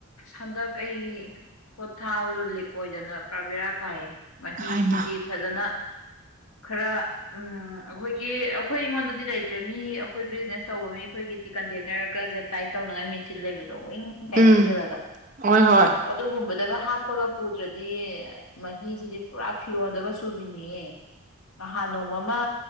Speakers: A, on the left (about 85°); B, on the right (about 40°).
A: ꯍꯟꯗꯛ ꯑꯩ ꯄꯣꯊꯥꯕꯗꯣ ꯂꯤꯛ ꯑꯣꯏꯗꯅ ꯄꯨꯔꯥ ꯕꯦꯔꯥ ꯀꯥꯏꯌꯦ ꯃꯍꯤꯁꯤꯗꯤ
B: ꯍꯥꯏꯃ
A: ꯐꯖꯅ ꯈꯔ ꯎꯝ ꯑꯩꯈꯣꯏꯒꯤ ꯑꯩꯈꯣꯏ ꯑꯩꯉꯣꯟꯗꯗꯤ ꯂꯩꯇ꯭ꯔꯦ ꯃꯤ ꯑꯩꯈꯣꯏ ꯕꯤꯅꯦꯁ ꯇꯧꯕ ꯃꯤ ꯑꯩꯈꯣꯏꯒꯤꯗꯤ ꯀꯟꯇꯦꯅꯔꯒꯁꯦ ꯇꯥꯏꯠ ꯇꯧꯅꯉꯥꯏ ꯃꯦꯆꯤꯟ ꯂꯩꯕꯗꯣ ꯑ ꯎꯋꯤꯡ ꯀꯥꯏꯅ
B: ꯎꯝ
A: ꯎꯟꯁꯤꯜꯂꯒ
B: ꯍꯣꯏ ꯍꯣꯏ
A: ꯑꯗꯨꯒꯨꯝꯕ ꯗꯒ ꯍꯥꯞꯄꯒ ꯄꯨꯗ꯭ꯔꯗꯤ ꯃꯍꯤꯁꯤꯗꯤ ꯄꯨꯔꯥ ꯐꯤꯔꯣꯟꯜꯗꯒ ꯆꯨꯕꯤꯅꯤꯌꯦ ꯅꯍꯥꯟ ꯅꯣꯡꯃ ꯑꯃ